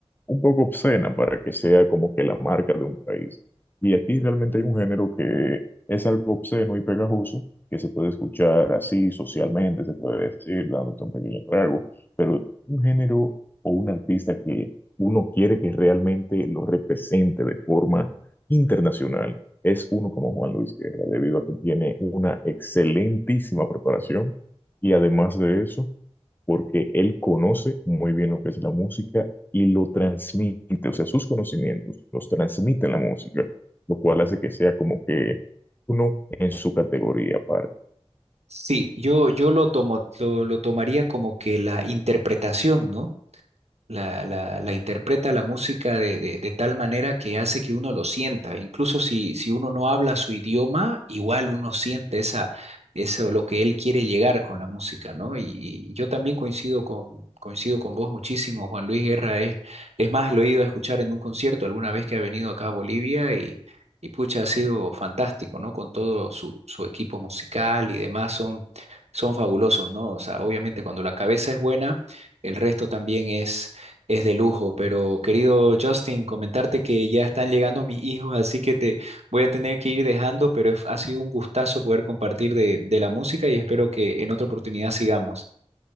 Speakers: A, on the left (about 20°); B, on the right (about 80°).
A: un poco obscena para que sea como que la marca de un país. Y aquí realmente hay un género que es algo obsceno y pegajoso, que se puede escuchar así socialmente, se puede decir, dando un pequeño trago, pero un género o un artista que uno quiere que realmente lo represente de forma internacional es uno como Juan Luis Guerra, debido a que tiene una excelentísima preparación y además de eso, porque él conoce muy bien lo que es la música y lo transmite, o sea, sus conocimientos los transmite en la música, lo cual hace que sea como que uno en su categoría aparte.
B: Sí, yo, yo lo tomo, lo, lo tomaría como que la interpretación, ¿no? la, la- la interpreta la música de, de- de tal manera que hace que uno lo sienta. Incluso si, si uno no habla su idioma, igual uno siente esa, eso, lo que él quiere llegar con la música, ¿no? Y, y yo también coincido con, coincido con vos muchísimo. Juan Luis Guerra es, es más, lo he ido a escuchar en un concierto alguna vez que ha venido acá a Bolivia y, y pucha, ha sido fantástico, ¿no? Con todo su, su equipo musical y demás, son, son fabulosos, ¿no? O sea, obviamente cuando la cabeza es buena, el resto también es de lujo, pero querido Justin, comentarte que ya están llegando mis hijos, así que te voy a tener que ir dejando, pero es- ha sido un gustazo poder compartir de, de la música y espero que en otra oportunidad sigamos.